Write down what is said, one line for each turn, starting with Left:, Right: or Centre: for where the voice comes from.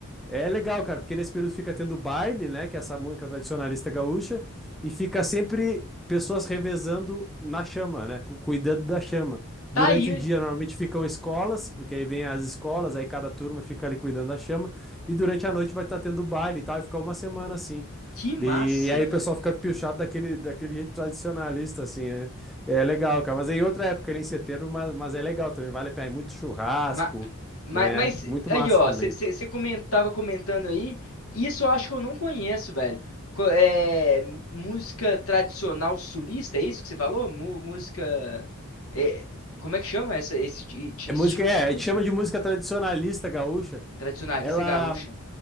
Centre: É legal, cara, porque nesse período fica tendo baile, né, que é essa música tradicionalista gaúcha, e fica sempre pessoas revezando na chama, né, cu- cuidando da chama. Durante
Left: Tá aí,
Centre: o dia, normalmente ficam escolas, porque aí vem as escolas, aí cada turma fica ali cuidando da chama, e durante a noite vai estar tendo baile e tal, e fica uma semana assim.
Left: que massa,
Centre: E, e aí
Left: velho.
Centre: o pessoal fica pilchado daquele, daquele jeito tradicionalista, assim, é, é legal, cara. Mas aí outra época, ali em setembro, mas, mas é legal também, vale a pena, é muito churrasco,
Left: Ma- ma-
Centre: né,
Left: Mas,
Centre: muito
Left: aí,
Centre: massa
Left: ó,
Centre: também.
Left: você comentava comentando aí, isso eu acho que eu não conheço, velho. Co- É, m- música tradicional sulista, é isso que você falou? Mu- música. é, como é que chama essa- esse ti- ti-
Centre: É
Left: estilo
Centre: música, é,
Left: de música?
Centre: a gente chama de música tradicionalista gaúcha.
Left: Tradicionalista
Centre: Ela,
Left: gaúcha.